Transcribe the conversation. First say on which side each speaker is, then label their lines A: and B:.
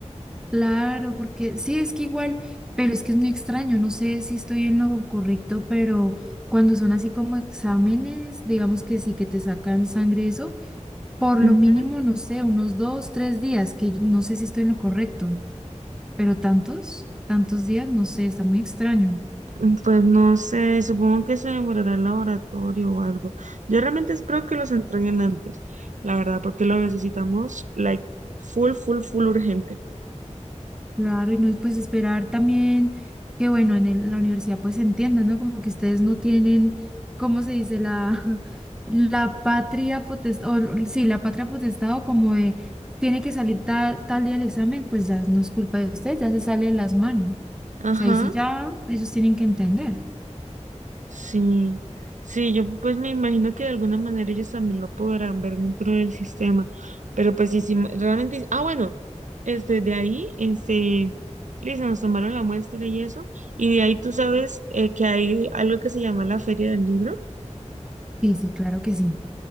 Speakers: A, in the centre; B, on the right.
A: Claro, porque sí, es que igual, pero es que es muy extraño. No sé si estoy en lo correcto, pero cuando son así como exámenes, digamos que sí, que te sacan sangre, eso, por lo
B: Ujú.
A: mínimo, no sé, unos dos, tres días, que no sé si estoy en lo correcto, pero tantos, tantos días, no sé, está muy extraño.
B: Mm, Pues no sé, supongo que se demorará el laboratorio o algo. Yo realmente espero que los entreguen antes, la verdad, porque lo necesitamos, like, full, full, full urgente.
A: Claro, y no es pues esperar también que, bueno, en el- la universidad pues se entienda, ¿no? Como que ustedes no tienen, ¿cómo se dice? La, <laughs> la patria potestad, o o- sí, la patria potestad o como de, tiene que salir tal, tal día el examen, pues ya no es culpa de ustedes, ya se sale de las manos. O
B: Ajá.
A: sea, ahí sí ya ellos tienen que entender.
B: Sí, sí, yo pues me imagino que de alguna manera ellos también lo podrán ver dentro del sistema, pero pues sí, sí, realmente, ah, bueno, este, de ahí, este, listo, nos tomaron la muestra y eso, y de ahí tú sabes eh, que hay algo que se llama la Feria del Libro.
A: Sí, sí, claro que sí.